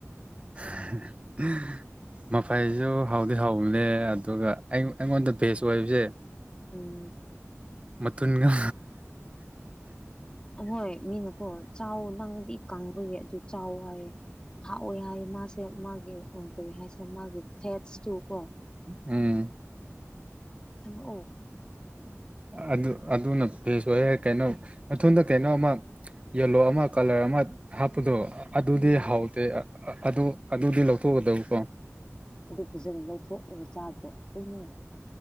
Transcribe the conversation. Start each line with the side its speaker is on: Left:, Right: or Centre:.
Right: <unintelligible> ꯃꯐꯩꯁꯨ ꯍꯥꯎꯗꯤ ꯍꯥꯎꯕꯅꯦ ꯑꯗꯨꯒ ꯑꯩꯉꯣꯟꯗ ꯕꯦꯁ ꯑꯣꯏꯕꯁꯦ
Left: ꯎꯝ꯫
Right: ꯇꯟꯒ
Left: ꯑꯍꯣꯏ ꯃꯤꯅꯀꯣ ꯆꯥꯎ ꯅꯪꯗꯤ ꯀꯪꯕꯒꯤ ꯑꯗꯨ ꯆꯥꯎ ꯍꯥꯏꯌꯦ꯫ ꯍꯥꯛꯑꯣꯏ ꯍꯥꯏ ꯃꯥꯁꯦ ꯃꯥꯒꯤ ꯀꯔꯤ ꯍꯥꯏꯁꯦ ꯃꯥꯒꯤ ꯐꯦꯠꯁꯇꯨꯀꯣ
Right: ꯎꯝ꯫
Left: ꯆꯪꯉꯛꯑꫭ꯫
Right: ꯑꯗꯨ ꯑꯗꯨꯅ ꯐꯦꯁ ꯑꯥꯏꯌꯦ ꯀꯩꯅꯣ ꯃꯊꯨꯟꯗ ꯀꯩꯅꯣ ꯑꯃ ꯌꯦꯜꯂꯣ ꯑꯃ ꯀꯂꯔ ꯑꯃ ꯍꯥꯞꯄꯗꯣ ꯑꯗꯨꯗꯤ
Left: ꯎꯝ
Right: ꯍꯥꯎꯇꯦ ꯑꯗꯨ ꯑꯗꯨꯗꯤ ꯂꯧꯊꯣꯛꯒꯗꯕꯀꯣ
Left: ꯑꯗꯨ ꯐꯖꯅ ꯂꯧꯊꯣꯛꯂꯒ ꯆꯥꯗꯣ ꯇꯨꯝꯉ